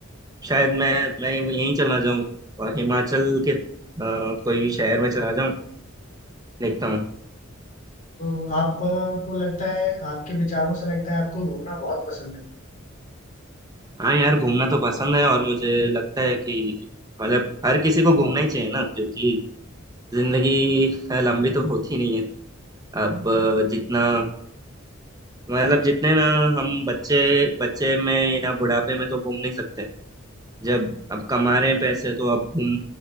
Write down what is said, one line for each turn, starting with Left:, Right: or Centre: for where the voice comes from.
Right: शायद मैं मैं यहीं चला जाऊँ अ, हिमाचल के अ, कोई शहर में चला जाऊँ देखता हूँ
Left: तो आपको लगता है आपके विचारों से लगता है आपको घूमना बहुत पसंद है
Right: हाँ यार घूमना तो पसंद है और मुझे लगता है कि मतलब हर किसी को घूमना ही चाहिए ना क्योंकि जिंदगी अ, लंबी तो होती नहीं है अब अ, जितना मतलब जितने ना हम बच्चे बच्चे में या बुढ़ापे में तो घूम नहीं सकते जब अब कमा रहे हैं पैसे तो अब घूम